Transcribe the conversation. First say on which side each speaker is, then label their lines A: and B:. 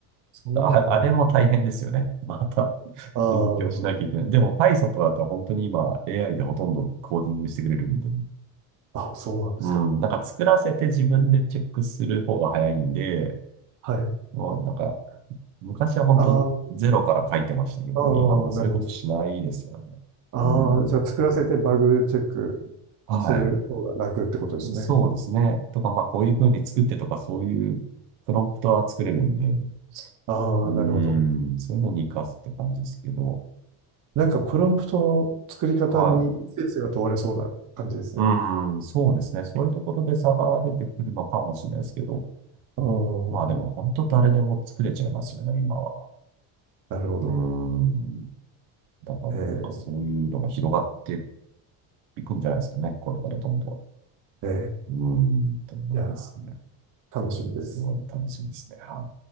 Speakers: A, on the right (about 45°); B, on the right (about 85°).
A: そうなんです。
B: あ、あれも大変ですよね。また <laughs>
A: あ
B: 勉強しなきゃいけない。でも Python とかだと本当に今 AI でほとんどコーディングしてくれるんで。
A: あ、あ、そうなんですか。
B: うん、なんか作らせて自分でチェックする方が早いんで、
A: はい。
B: もうなんか昔は本当ゼロから書いてましたけど、
A: ああ、あ
B: 今もうそういうことしないですよね。
A: あ、なるほど。ああ、
B: うん、
A: じゃあ作らせてバグチェック
B: はい。
A: する方が楽ってことですね。
B: そうですね。とか、まあこういう風に作ってとかそういうプロンプトは作れるんで、
A: ああ、
B: う
A: なるほど。
B: ん、そういうのに活かすって感じですけど、
A: なんかプロンプトの作り方にセンスが問われそうな感じですね。
B: まあ、はいうん、そうですね。そういうところで差が出てくるのかもしれないですけど、
A: うん。
B: まあでも本当誰でも作れちゃいますよね、今は。
A: なるほど。
B: うん。だからなんかそういうのが広がって
A: えー
B: いくんじゃないですかね、これからどんど
A: え
B: ん。うん、と思いますね。
A: ーいや、楽しみです。
B: すごい楽しみですね。はい。